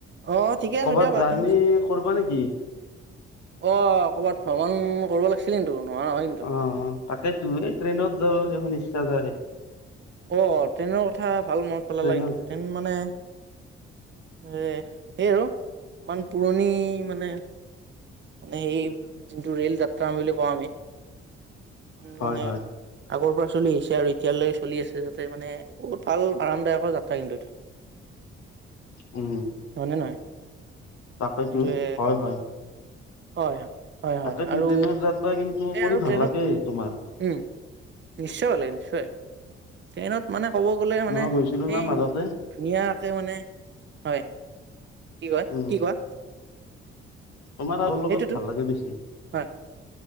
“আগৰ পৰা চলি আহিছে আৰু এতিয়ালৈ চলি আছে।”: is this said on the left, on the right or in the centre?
Right